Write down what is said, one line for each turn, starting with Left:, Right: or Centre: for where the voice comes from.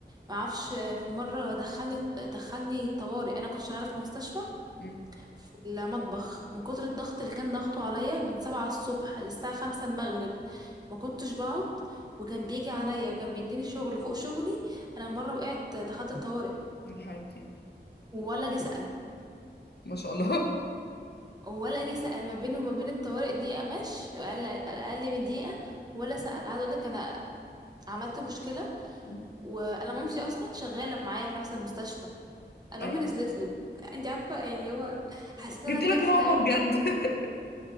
Right: معرفش آه، في مرة دخلني دخلني طوارئ أنا كنت شغالة في مستشفى
Left: مم.
Right: في المطبخ من كتر الضغط اللي كان ضغطه عليا من سبعة الصبح للساعة خمسة المغرب ما كنتش بقعد وكان بيجي عليا وكان بيديني شغل فوق شغلي أنا مرة وقعت دخلت الطوارئ
Left: من حبيبتي
Right: ولا جه سأل
Left: ما شاء الله
Right: ولا جه سأل ما بينه وما بين الطوارئ دقيقة مش أقل أقل من دقيقة ولا سأل عايزة أقول لك أنا عملت مشكلة
Left: مم.
Right: وأنا مامتي أصلا شغالة معايا في نفس المستشفى أنا
Left: أيوة
Right: أمي نزلت له أنت عارفة يعني هو حسيت إن
Left: جبت
Right: أنا طفلة
Left: لك ماما
Right: أوي
Left: بجد <laughs>